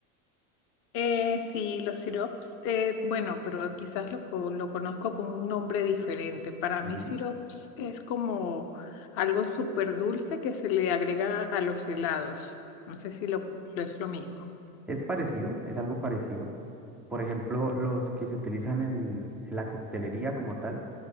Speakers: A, on the left (about 35°); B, in the centre.
A: Eh, sí, los sirops, eh, bueno, pero quizás lo, co- lo conozco con un nombre diferente. Para
B: Ujú.
A: mí, sirops es como algo súper dulce que se le agrega a los helados. No sé si lo, es lo mismo.
B: Es parecido, es algo parecido. Por ejemplo, los que se utilizan en, en la coctelería como tal